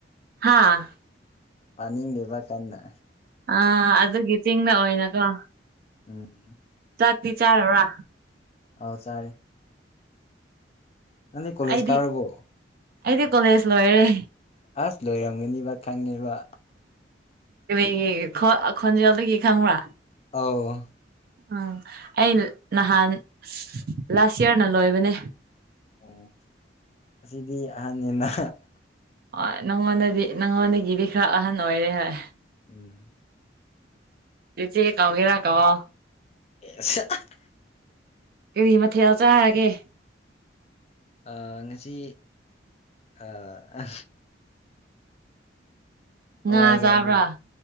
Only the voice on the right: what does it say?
ꯍꯥꯥꯍ
ꯑꯥꯑ ꯑꯗꯨꯒꯤ ꯆꯤꯡꯗꯥ ꯑꯣꯏꯅꯀꯣ꯫
ꯆꯥꯛꯇꯤ ꯆꯥ꯭ꯔꯕꯥ
ꯑꯩꯗꯤ
ꯑꯩꯗꯤ ꯀꯣꯂꯦꯖ ꯂꯣꯏꯈꯔꯦ꯫
ꯀꯔꯤꯒꯤ ꯈꯟꯖꯦꯜꯗꯗꯒꯤ ꯈꯪꯕꯔꯥ꯫
ꯎꯝ ꯑꯩ ꯅꯍꯥꯟ ꯂꯥꯁ ꯏꯌꯔ ꯂꯣꯏꯕꯅꯦ꯫
ꯍꫭꯏ ꯅꯪꯉꯣꯟꯗꯗꯤ ꯅꯪꯉꯣꯟꯗꯒꯤꯗꯤ ꯈꯔ ꯑꯍꯟ ꯑꯣꯏꯔꯦ ꯍꯣꯏ꯫
ꯇꯆꯦ ꯀꯒꯦꯔꯥ ꯀꯧꯑꫭ
ꯀꯔꯤ ꯃꯊꯦꯟ ꯆꯥꯔꯒꯦ?
ꯉꯥ ꯆꯥꯕ꯭ꯔꯥ